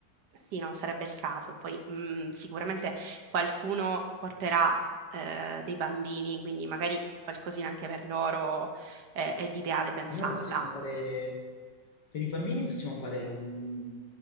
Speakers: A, on the right; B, on the left.
A: Sì, no, sarebbe il caso. Poi mm, sicuramente qualcuno porterà eh, dei bambini, quindi magari qualcosina anche per loro eh, è l'ideale pensarla.
B: Allora possiamo fare, per i bambini possiamo fare un